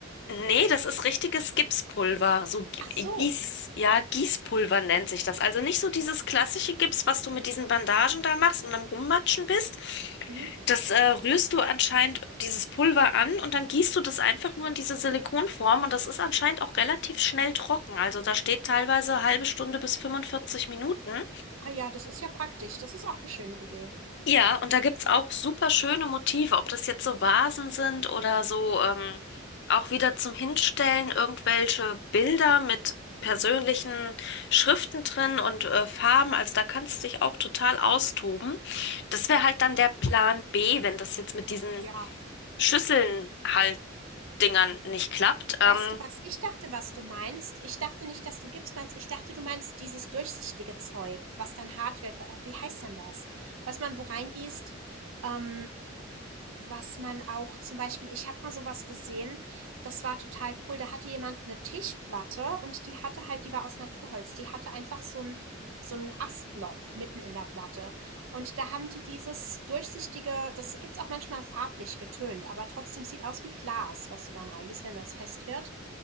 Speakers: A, on the left (about 60°); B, on the right (about 80°).
A: Nee, das ist richtiges Gipspulver. So Gi-
B: Ach so.
A: Gieß, ja, Gießpulver nennt sich das. Also nicht so dieses klassische Gips, was du mit diesen Bandagen da machst und am Rummatschen bist.
B: Mhm.
A: Das äh, rührst du anscheinend dieses Pulver an und dann gießt du das einfach nur in diese Silikonform und das ist anscheinend auch relativ schnell trocken. Also da steht teilweise halbe Stunde bis 45 Minuten.
B: Ah ja, das ist ja praktisch. Das ist auch eine schöne Idee.
A: Ja, und da gibt's auch super schöne Motive, ob das jetzt so Vasen sind oder so ähm, auch wieder zum Hinstellen irgendwelche Bilder mit persönlichen Schriften drin und äh, Farben. Also da kannst du dich auch total austoben. Das wäre halt dann der Plan B, wenn das jetzt mit diesen
B: Ja.
A: Schüsseln halt Dingern nicht klappt. Ähm,
B: Weißt du, was ich dachte, was du meinst? Ich dachte nicht, dass du Gips meinst. Ich dachte, du meinst dieses durchsichtige Zeug, was dann hart wird. wie heißt denn das? Was man wo reingießt, ähm Was man auch zum Beispiel ich habe mal so was gesehen, das war total cool. Da hatte jemand eine Tischplatte und die hatte halt die war aus Naturholz. Die hatte einfach so ein so ein Astloch mitten in der Platte. Und da haben die dieses durchsichtige das gibt's auch manchmal farblich getönt, aber trotzdem sieht aus wie Glas, was du dann reingießt, wenn das fest wird.